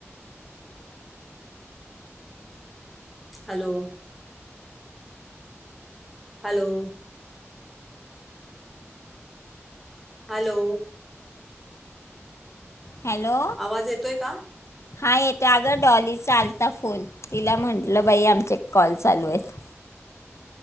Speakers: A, in the centre; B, on the left.
A: हॅलो हॅलो हॅलो
B: हॅलो
A: आवाज येतोय का
B: हा येतं अगं डॉली चालता फोन तिला म्हंटलं बाई आमचे कॉल चालू आहेत